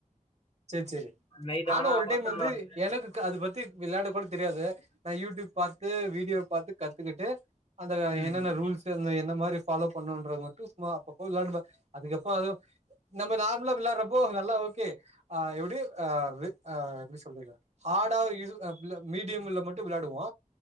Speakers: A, on the right; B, on the left.
A: சேர் சேரி
B: நைட்
A: ஆனா ஒரு டைம்
B: பசங்க
A: வந்து
B: விளையாடுவோம்
A: எனக்கு க அது பத்தி விளாட கூட தெரியாது நா யூட்யூப் பாத்து வீடியோ பாத்து கத்துக்கிட்டு அந்த ர
B: ம்
A: என்னென்ன ரூல்ஸுனு என்ன மாரி ஃபாலோ பண்ணுன்றது மட்டு சும்மா அப்போ போய் விளாட்ணுமா அதுக்கப்போ அதுவு நம்ம நார்மலா விளாட்றப்போ அ நல்லா ஓகே ஆ எப்டி ஆ அப்டி ஆ எப்டி சொல்றதுனா ஹார்டா இது அ மில்ல மீடியமுல மட் டு விளாடுவோ